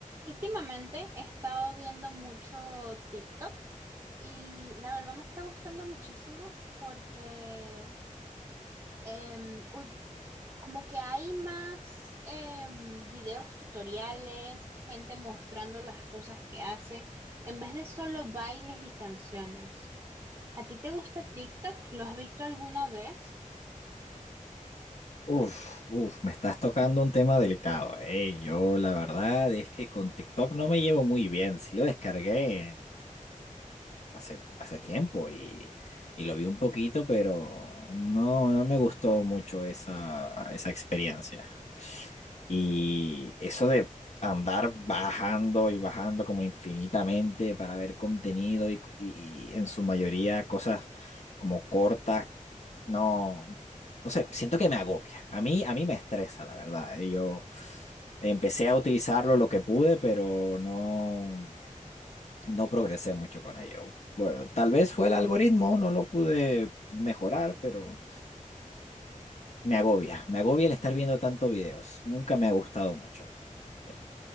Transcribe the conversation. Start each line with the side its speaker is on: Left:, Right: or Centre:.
Right: Últimamente he estado viendo mucho TikTok y la verdad me está gustando muchísimo porque em, ul- como que hay más em, videos tutoriales, gente mostrando las cosas que hace, en vez de solo bailes y canciones. ¿A ti te gusta TikTok? ¿Lo has visto alguna vez?
Left: Uf, uf, me estás tocando un tema delicado, ¿eh? Yo la verdad es que con TikTok no me llevo muy bien. Sí lo descargué hace, hace tiempo y, y lo vi un poquito, pero no, no me gustó mucho esa, esa experiencia. Y eso de andar bajando y bajando como infinitamente para ver contenido y, y y en su mayoría cosas como cortas no, no sé, siento que me agobia. A mí, a mí me estresa, la verdad. eh. Yo empecé a utilizarlo lo que pude, pero no, no progresé mucho con ello. Bueno, tal vez fue el algoritmo, no lo pude mejorar, pero me agobia. Me agobia el estar viendo tantos videos. Nunca me ha gustado mucho. Eh,